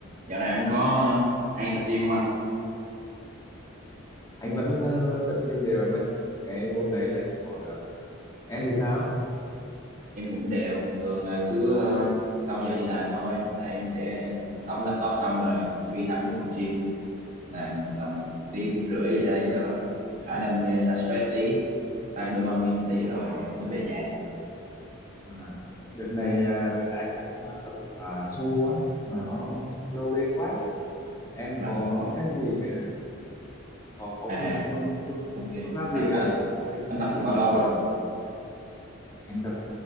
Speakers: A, on the right; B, on the left.
A: Dạo này anh có hay tập gym không anh?
B: anh vẫn ờ, tập gym đều em ơi cái môn đấy là anh không bỏ được em thì sao
A: Em cũng đều, thường là cứ ờ, sau giờ đi làm thôi là em sẽ đóng laptop xong rồi cứ phi thẳng tới phòng gym làm tầm tiếng tiếng rưỡi gì đấy cho nó thả đam mê xả stress tí, tăng dopamine tí rồi
B: Ờ,
A: ờ, mới về nhà được.
B: à, đợt này à, đợt này anh đang ờ, tập à, xô á mà nó lâu lên quá em
A: Mà-
B: có cách gì để có có
A: À,
B: phương án phương phương phương
A: ok.
B: phương pháp
A: Anh
B: gì để
A: à,
B: anh tập đây
A: anh
B: không
A: tập được bao lâu rồi?
B: anh tập